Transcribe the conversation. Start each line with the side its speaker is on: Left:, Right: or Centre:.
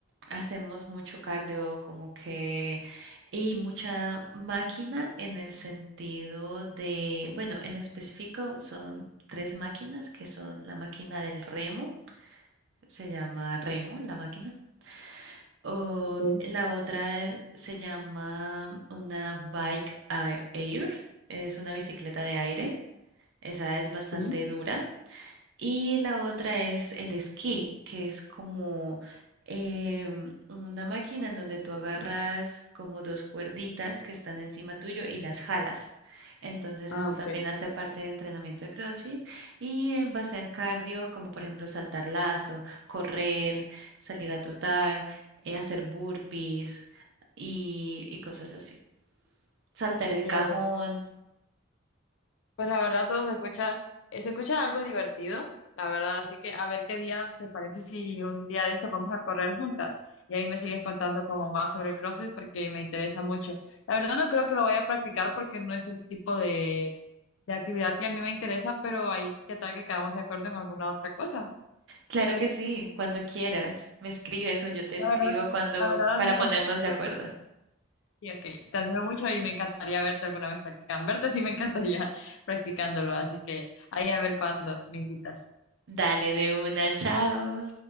Right: hacemos mucho cardio, como que, y mucha máquina en el sentido de, bueno, en específico son tres máquinas que son la máquina del remo, se llama remo la máquina, o
Left: Ok,
Right: la otra se llama una bike a- air, es una bicicleta de aire, esa es bastante
Left: sí.
Right: dura y la otra es el esquí, que es como em, una máquina en donde tú agarras como dos cuerditas que están encima tuyo y las jalas. Entonces
Left: Ah,
Right: eso
Left: ok.
Right: también hace parte de entrenamiento de CrossFit y en base al cardio, como por ejemplo saltar lazo, correr, salir a trotar, eh, hacer burpees y, y cosas así. Saltar
Left: Entiendo.
Right: el cajón.
Left: Pues la verdad todo se escucha, eh, se escucha algo divertido, la verdad. Así que a ver qué día te parece si un día de estos vamos a correr juntas. Y ahí me sigues contando como más sobre el CrossFit porque me interesa mucho. La verdad no creo que lo vaya a practicar porque no es el tipo de, de actividad que a mí me interesa, pero ahí qué tal que quedamos de acuerdo en alguna otra cosa.
Right: Claro que sí, cuando quieras, me escribes o yo te escribo
Left: La verdad,
Right: cuando
Left: la verdad admiro
Right: para ponernos
Left: mucho
Right: de acuerdo.
Left: y, sí ok, te admiro mucho y me encantaría verte alguna vez practicando. Verte sí me encantaría <laughs> practicándolo, así que ahí a ver cuándo me invitas.
Right: Dale de una, chao.